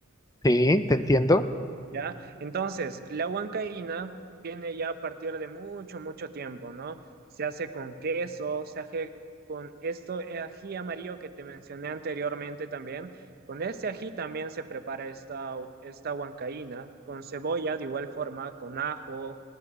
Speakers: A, on the left; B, on the right.
A: Sí, te entiendo.
B: ¿Ya? Entonces, la huancaína viene ya a partir de mucho, mucho tiempo, ¿no? Se hace con queso, se hace con esto, eh, ají amarillo que te mencioné anteriormente también. Con este ají también se prepara esta, esta huancaína, con cebolla de igual forma, con ajo